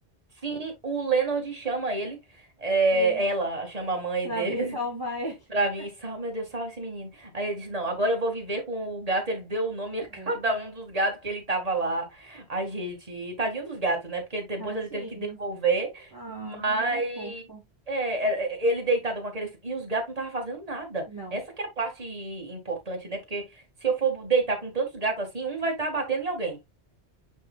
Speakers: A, on the right; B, on the right.
A: Sim, o Leonard chama ele. é,
B: sim,
A: ela chama a mãe
B: pra
A: dele
B: vir salvar
A: <laughs>
B: ele.
A: pra
B: <laughs>
A: vir. Salve, meu Deus, salve esse menino. Aí ele disse: Não, agora eu vou viver com o gato. Ele deu o nome a
B: É,
A: <laughs> cada um dos gatos que ele tava lá. Ai, gente, tadinho dos gatos, né? Porque depois
B: tadinhos.
A: ele teve que devolver.
B: Ah,
A: Mas.
B: mas era fofo.
A: É, é, é, ele deitado com aqueles. E os gatos não estavam fazendo nada.
B: Não,
A: Essa que é a parte importante, né? Porque se eu for deitar com tantos gatos assim, um vai estar batendo em alguém.